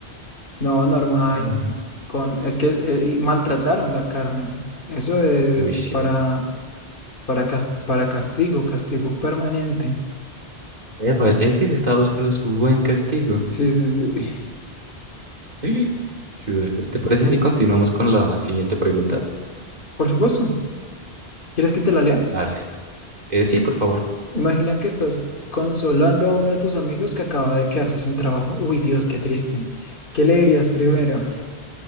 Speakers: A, on the left; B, on the right.
A: no, normal.
B: Ay, no.
A: Con, es que eh, y maltrataron la carne. Eso es
B: Uy, sí.
A: para, para, cas- para castigo, castigo permanente.
B: Epa, él, él sí se estaba buscando su buen castigo.
A: Sí, sí, sí.
B: <gasps> Sí, dale. ¿Te parece
A: En-
B: si continuamos con la siguiente pregunta?
A: por supuesto. ¿Quieres que te la lea?
B: Dale. Eh, sí, por favor.
A: Imagina que estás consolando a uno de tus amigos que acaba de quedarse sin trabajo. Uy, Dios, qué triste. ¿Qué le dirías primero?